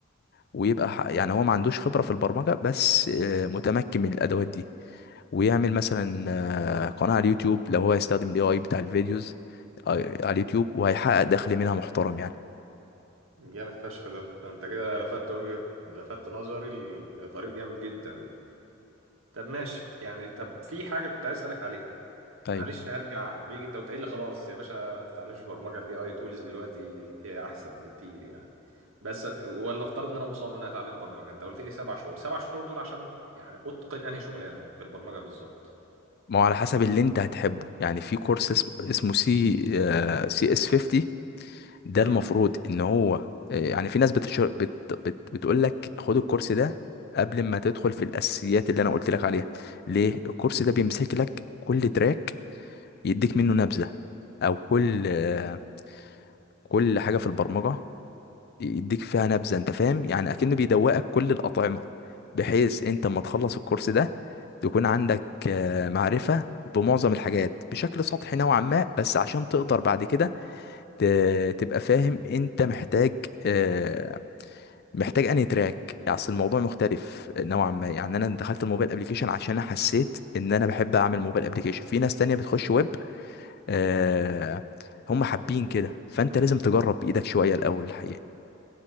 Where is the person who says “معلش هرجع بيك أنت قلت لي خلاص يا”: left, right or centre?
Right